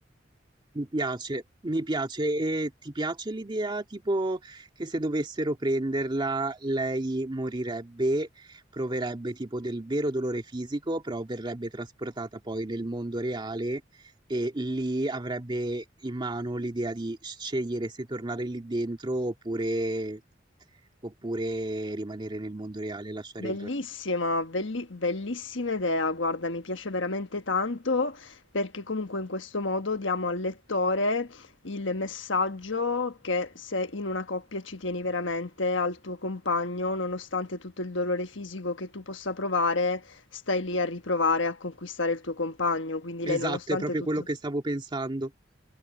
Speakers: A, on the right; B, on the left.
A: Mi piace, mi piace. E ti piace l'idea tipo che se dovessero prenderla lei morirebbe, proverebbe tipo del vero dolore fisico, però verrebbe trasportata poi nel mondo reale e lì avrebbe in mano l'idea di scegliere se tornare lì dentro oppure, oppure rimanere nel mondo reale e lasciare
B: Bellissima,
A: il re.
B: belli- bellissima idea, guarda, mi piace veramente tanto perché comunque in questo modo diamo al lettore il messaggio che se in una coppia ci tieni veramente al tuo compagno, nonostante tutto il dolore fisico che tu possa provare, stai lì a riprovare a conquistare il tuo compagno. Quindi
A: Esatto,
B: lei, nonostante
A: è proprio
B: tutto
A: quello che stavo pensando.